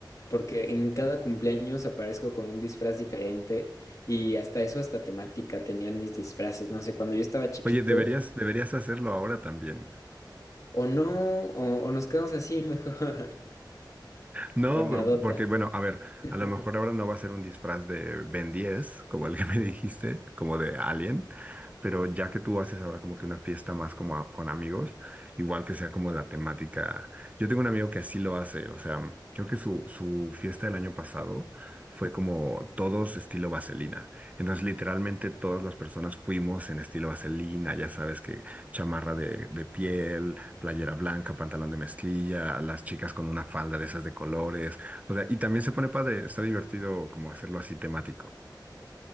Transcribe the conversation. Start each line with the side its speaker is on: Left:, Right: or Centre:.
Left: Porque en cada cumpleaños aparezco con un disfraz diferente y hasta eso, hasta temática tenían mis disfraces. No sé, cuando yo estaba chiquito
Right: Oye, deberías, deberías hacerlo ahora también.
Left: o no, o, o nos quedamos así mejor. <laughs>
Right: No,
Left: O nadota.
Right: porque bueno, a ver,
Left: <laughs>
Right: a lo mejor ahora no va a ser un disfraz de Ben 10, como el que me <laughs> dijiste, como de Alien, pero ya que tú haces ahora como que una fiesta más como a- con amigos, igual que sea como la temática. Yo tengo un amigo que así lo hace, o sea, creo que su, su fiesta del año pasado fue como todos estilo vaselina. Entonces, literalmente todas las personas fuimos en estilo vaselina, ya sabes que chamarra de, de piel playera blanca, pantalón de mezclilla, las chicas con una falda de esas de colores. O sea, y también se pone padre, está divertido como hacerlo así temático.